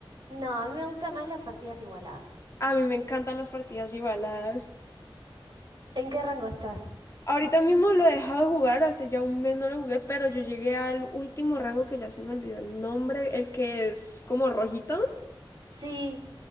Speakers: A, on the right; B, on the left.
A: No, a mí me gustan más las partidas igualadas.
B: A mí me encantan las partidas igualadas.
A: ¿En qué rango estás?
B: Ahorita mismo lo he dejado de jugar, hace ya un mes no lo jugué, pero yo llegué al último rango que ya se me olvidó el nombre, el que es como rojito.
A: Sí.